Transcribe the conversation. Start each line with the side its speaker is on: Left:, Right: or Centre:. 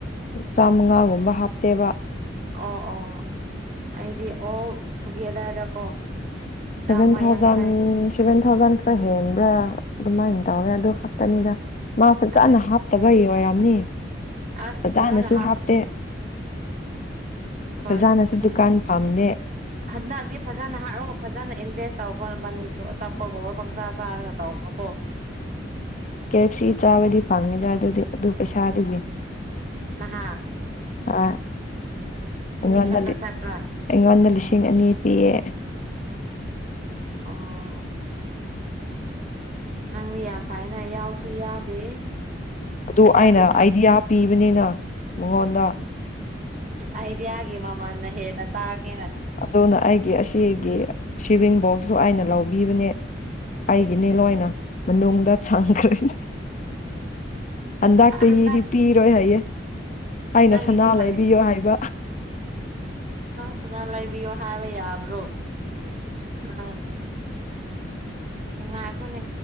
Left: ꯆꯥꯃꯉꯥꯒꯨꯝꯕ ꯍꯥꯞꯄꯦꯕ
Right: ꯑꯣ ꯑꯣ ꯑꯩꯗꯤ ꯑꯣꯜ ꯇꯨꯒꯦꯗꯔꯗꯀꯣ ꯆꯥꯝꯃ
Left: ꯁꯚꯦꯟ ꯊꯥꯎꯖꯟ
Right: ꯌꯥꯡꯈꯩ
Left: ꯁꯚꯦꯟ ꯊꯥꯎꯖꯟ ꯈꯔ ꯍꯦꯟꯕ꯭ꯔꯥ ꯑꯗꯨꯃꯥꯏꯅ ꯇꯧꯋꯦ ꯑꯗꯨ ꯈꯛꯇꯅꯤꯗ ꯃꯥꯐꯖꯅ
Right: ꯑꯗ
Left: ꯍꯥꯞꯇꯕꯩ ꯑꯣꯏꯔꯝꯅꯤ
Right: ꯑꯁ
Left: ꯐꯖꯅꯁꯨ
Right: ꯐꯖꯅ ꯍꯥꯞꯄ
Left: ꯍꯥꯞꯇꯦ
Right: ꯍꯣꯏ
Left: ꯐꯖꯅꯁꯨ
Right: ꯍꯟ
Left: ꯗꯨꯀꯥꯟ ꯐꯝꯗꯦ
Right: ꯍꯟꯗꯗꯤ ꯐꯖꯅ ꯍꯥꯔꯔꯒ ꯐꯖꯅ ꯏꯟꯚꯦꯁ ꯇꯧꯈꯔꯣ ꯅꯥꯕꯥꯅꯤꯁꯨ ꯑꯆꯥꯄꯣꯠ ꯒꯨꯝꯕ ꯄꯪꯆꯥ ꯆꯥꯔꯒ ꯇꯧꯒꯅꯨꯀꯣ
Left: ꯀꯦ ꯑꯦꯐ ꯁꯤ ꯆꯥꯕꯗꯤ ꯐꯪꯉꯤꯗ ꯑꯗꯨꯗꯤ ꯑꯗꯨ ꯄꯩꯁꯥ ꯗꯨꯒꯤ
Right: ꯑꯍꯥ
Left: ꯑꯥ ꯑꯩꯉꯣꯟꯗ
Right: ꯈꯛꯇ ꯆꯠꯄ꯭ꯔꯥ
Left: ꯑꯩꯉꯣꯟꯗ ꯂꯤꯁꯤꯡ ꯑꯅꯤ ꯄꯤꯌꯦ
Right: ꯑꯣ ꯅꯪꯗꯤ ꯌꯥꯝ ꯐꯥꯏꯅ ꯌꯥꯎꯁꯨ ꯌꯥꯎꯗꯦ
Left: ꯑꯗꯨ
Right: ꯄꯩꯁꯥꯗꯤ
Left: ꯑꯩꯅ
Right: ꯐꯪ
Left: ꯑꯩꯗꯤ ꯌꯥꯝ ꯄꯤꯕꯅꯤꯅ ꯃꯉꯣꯟꯗ
Right: ꯑꯩꯗꯤ ꯑꯥ ꯒꯤ ꯃꯃꯜꯅ ꯍꯦꯟꯅ ꯇꯥꯡꯉꯦꯅ
Left: ꯑꯗꯨꯅ ꯑꯩꯒꯤ ꯑꯁꯤꯒꯤ ꯁꯤꯚꯤꯡ ꯕꯣꯛꯁꯁꯨ ꯑꯩꯅ ꯂꯧꯕꯤꯕꯅꯦ ꯑꯩꯒꯤꯅꯤ ꯂꯣꯏꯅ ꯃꯅꯨꯡꯗ ꯊꯥꯡꯈꯔꯅꯤ ꯍꯟꯗꯛꯇꯒꯤꯗꯤ
Right: ꯍꯟꯗꯛ
Left: ꯄꯤꯔꯣꯏ ꯍꯥꯏꯌꯦ ꯑꯩꯅ
Right: ꯅꯪꯒꯤꯁꯨ
Left: ꯁꯅꯥ
Right: ꯂꯩ
Left: ꯂꯩꯕꯤꯌꯣ
Right: ꯉ
Left: ꯍꯥꯏꯕ
Right: ꯁꯨꯅꯥ ꯂꯩꯕꯤꯌꯣ ꯍꯥꯏꯕ ꯌꯥꯕ꯭ꯔꯣ ꯎꯝ ꯉꯥꯏꯈꯣꯅꯦ